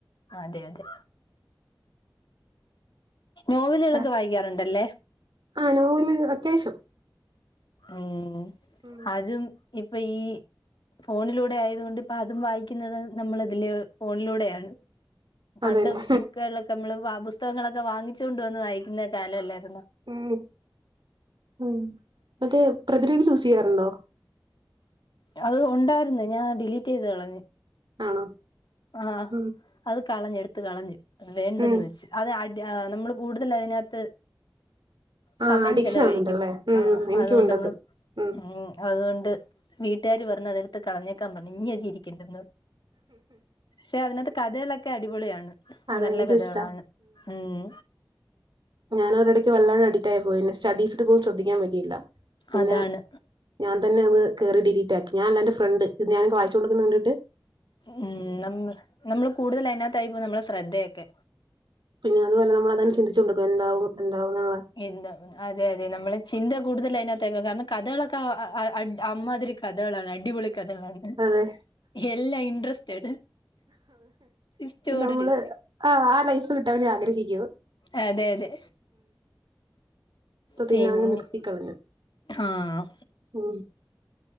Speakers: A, on the left; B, on the right.
A: അതെ അതെ നോവലുകളൊക്കെ
B: ച-
A: വായിക്കാറുണ്ടല്ലേ
B: ആ നോവല് അത്യാവശ്യം
A: ഉം
B: ഉം
A: അതും ഇപ്പൊ ഈ ഫോണിലൂടെ ആയത് കൊണ്ട് ഇപ്പ അതും വായിക്കുന്നത് നമ്മൾ ഇതില് ഫോണിലൂടെയാണ് പണ്ട്
B: അതെല്ലേ
A: ബുക്ക- നമ്മള് പുസ്തകങ്ങളൊക്കെ വാങ്ങിച്ചോണ്ട് വന്ന് വായിക്കുന്ന കാലമല്ലായിരുന്നോ?
B: ഉം ഉം അതെ പ്രതിലിപി യൂസ് ചെയ്യാറുണ്ടോ
A: അത് ഉണ്ടായിരുന്നു ഞാൻ ഡിലീറ്റ് ചെയ്ത് കളഞ്ഞു.
B: ആണോ
A: ആഹ്
B: ഉം
A: അത് കളഞ് എടുത്ത് കളഞ്ഞു വേണ്ടന്ന്
B: ഉം
A: വെച്ച് അത് അടി നമ്മള് കൂടുതൽ അതിനകത്ത്-
B: ആ
A: സമയം
B: അഡിക്ഷൻ
A: ചെലവഴിക്കും
B: ആവുന്നുണ്ടല്ലേ ഉം
A: ആ
B: ഉം എനിക്കും
A: അതുകൊണ്ട്
B: ഉണ്ടത്
A: നമ്മള്-
B: ഉം
A: ഉം അതുകൊണ്ട് വീട്ടുകാര് പറഞ്ഞു അതെടുത്ത് കളഞ്ഞേക്കാൻ പറഞ്ഞു ഇനി അതിരിക്കേണ്ടന്ന പക്ഷെ അതിനകത്ത് കഥകളൊക്കെ അടിപൊളിയാണ്
B: അതെ
A: നല്ല
B: എനിക്കും
A: കഥകളാണ്
B: ഇഷ്ടാ
A: ഉം
B: ഞാൻ ഒരിടയ്ക്ക് വല്ലാതെ അഡിക്റ്റ് ആയി പോയിന്നെ സ്റ്റഡീസിൽ പോലും ശ്രദ്ധിക്കാൻ പറ്റിയില്ല പിന്നെ
A: അതാണ്
B: ഞാൻ തന്നെത് കേറി ഡീറ്റാക്കി ഞാൻല്ല എന്റെ ഫ്രണ്ട് ഇത് ഞാൻ വായിച്ചു കൊണ്ട്കുന്നത് കണ്ടീട്ട്
A: ഉം നമ്മ നമ്മള് കൂടുതൽ അതിനകത്തായി പോകും നമ്മളെ ശ്രദ്ധയൊക്കെ
B: പിന്നെ അതുമല്ല നമ്മളു അതെ തന്നെ ചിന്തിച്ചു കൊണ്ടിരിക്കും എന്താവും എന്താവുന്നുള്ള
A: എന്താ അതെ അതെ നമ്മളെ ചിന്ത കൂടുതൽ അതിനകത്ത് കാരണം കഥകളൊക്കെ അമ്മാതിരി കഥളാണ് അടിപൊളി കഥകളാണ്
B: അതെ
A: എല്ലാം ഇൻട്രസ്റ്റഡ് ടിസ്റ്റോട്
B: നമ്മള്
A: ടിസ്റ്റ്
B: ആ ആ ലൈഫ് കിട്ടാന് ആഗ്രഹിക്കും
A: അത് അതെ അതെ
B: അ ത
A: പിന്നെ
B: അങ്ങ് നിർത്തി കളഞ്ഞു
A: ആഹ്
B: ഉ